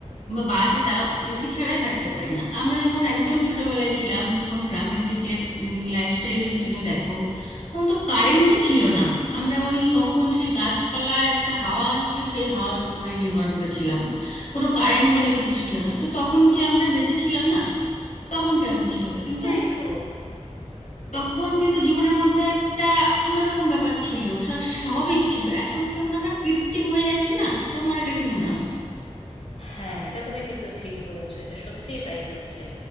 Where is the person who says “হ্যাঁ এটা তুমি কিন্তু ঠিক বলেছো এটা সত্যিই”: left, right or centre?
Left